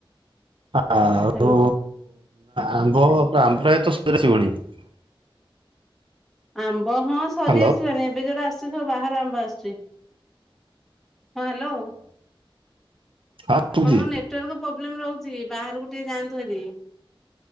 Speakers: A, on the right; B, in the centre.
A: ଆଉ
B: ହ୍ୟାଲୋ।
A: ଆମ୍ବ <unintelligible>
B: ଆମ୍ବ ହଁ
A: ହ୍ୟାଲୋ
B: ସରି ଆସିଲାଣି ଏବେ ଯୋଉରା ଆସୁଛି ସବୁ ବାହାର ଆମ୍ବ ଆସୁଚି। ହଁ ହ୍ୟାଲୋ
A: ହଁ ଶୁଭୁଛି
B: ଆପଣଙ୍କ ନେଟୱାର୍କ ପ୍ରୋବ୍ଲେମ୍ ରହୁଚି। ବାହାରକୁ ଟିକେ ଯାଆନ୍ତୁ ହେରି।